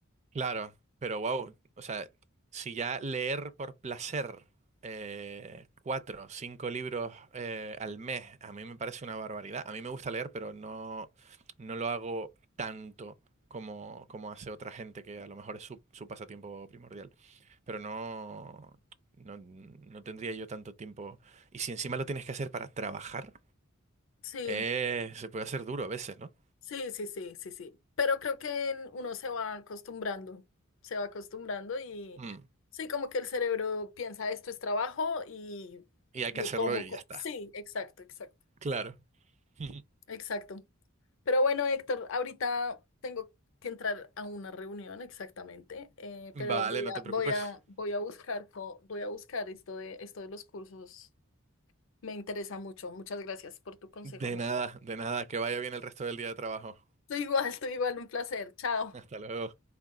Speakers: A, on the right (about 35°); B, on the left (about 65°).
A: Claro, pero wow, o sea, si ya leer por placer eh, cuatro, cinco libros eh, al mes, a mí me parece una barbaridad. A mí me gusta leer, pero no, no lo hago tanto como, como hace otra gente que a lo mejor es su, su pasatiempo primordial. Pero no, no, no tendría yo tanto tiempo. Y si encima lo tienes que hacer para trabajar,
B: Sí,
A: eh, se puede hacer duro a veces, ¿no?
B: sí, sí, sí, sí, sí. Pero creo que en- uno se va acostumbrando, se va acostumbrando y
A: Mm.
B: sí, como que el cerebro piensa esto es trabajo y
A: Y hay
B: lo
A: que hacerlo
B: tomo.
A: y
B: co-
A: ya está.
B: Sí, exacto, exacto,
A: Claro. <laughs>
B: exacto. Pero bueno, Héctor, ahorita tengo que entrar a una reunión exactamente, eh,
A: Vale,
B: pero voy
A: no te
B: a,
A: preocupes.
B: voy a, voy a buscar, co- voy a buscar esto de, esto de los cursos. Me interesa mucho. Muchas gracias por tu consejo.
A: De nada, de nada. Que vaya bien el resto del día de trabajo.
B: Tú igual, tú igual, un placer. Chao.
A: Hasta luego.